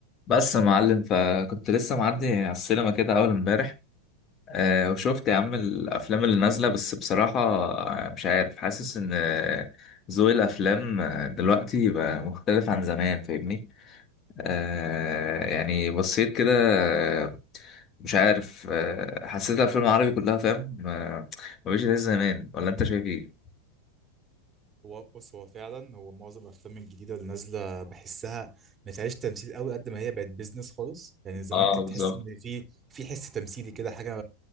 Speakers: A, on the left; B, on the right.
A: بس يا معلم فكنت لسه معدي على السينما كده اول امبارح أه وشفت يا عم الافلام اللي نازله بس بصراحه آه، مش عارف حاسس ان آه، ذوق الافلام آه، دلوقتي بقى مختلف عن زمان فاهمني أه يعني بصيت كده آه، مش عارف أه حسيت الافلام العربي كلها فاهم آه، مبقتش زي زمان ولا انت شايف ايه
B: هو بص هو فعلا هو معظم الافلام الجديده اللي نازله بحسها ما فيهاش تمثيل قوي قد ما هي بقت بيزنس خالص يعني زمان
A: اه
B: كنت
A: بالظبط
B: تحس ان في في حس تمثيلي كده حاجه